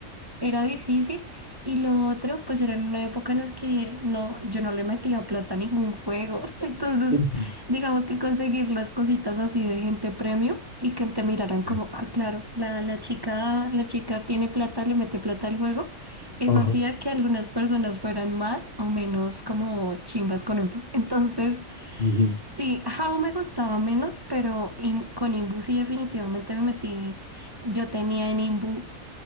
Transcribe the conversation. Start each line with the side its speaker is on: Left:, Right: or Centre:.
Right: era difícil. Y lo otro, pues era en una época en la que no, yo no le metía plata a ningún juego. <laughs> Entonces,
Left: Ujú.
Right: digamos que conseguir las cositas así de gente premium y que te miraran como,
Left: Sí.
Right: ah, claro, la, la chica, la chica tiene plata, le mete plata al juego. Eso
Left: Ajá.
Right: hacía que algunas personas fueran más o menos como chimbas con uno. Entonces,
Left: Ujú.
Right: sí, Jabo me gustaba menos, pero im- con Imbu sí definitivamente me metí. Yo tenía en Imbu,